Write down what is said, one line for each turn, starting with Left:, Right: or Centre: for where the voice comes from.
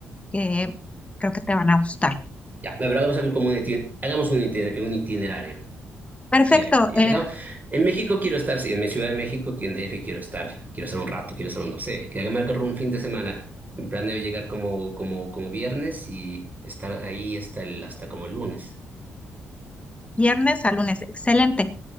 Left: que creo que te van a gustar.
Right: Ya, pero vamos a ver como un itiner- hagamos un, itiner- un itinerario.
Left: Perfecto,
Right: Y ya, y
Left: eh,
Right: hagamos- en México quiero estar, sí, en mi Ciudad de México, aquí en DF quiero estar, quiero estar un rato, quiero estar un, no sé, que hagamos un fin de semana. Planeo llegar como, como, como viernes y estar ahí hasta, el, hasta como el lunes.
Left: viernes a lunes, excelente.